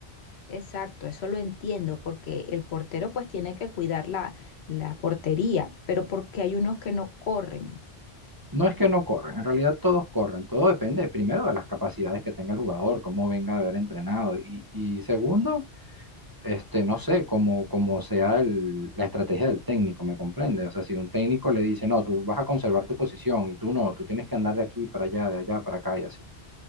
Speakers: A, on the left; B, on the right.
A: Exacto, eso lo entiendo, porque el portero pues tiene que cuidar la, la portería, pero porque hay unos que no corren.
B: No es que no corren, en realidad todos corren. Todo depende primero de las capacidades que tenga el jugador, cómo venga de haber entrenado y, y segundo. Este, no sé, como, como sea el- la estrategia del técnico, ¿me comprende? O sea, si un técnico le dice, no, tú vas a conservar tu posición y tú no, tú tienes que andar de aquí para allá, de allá para acá y así.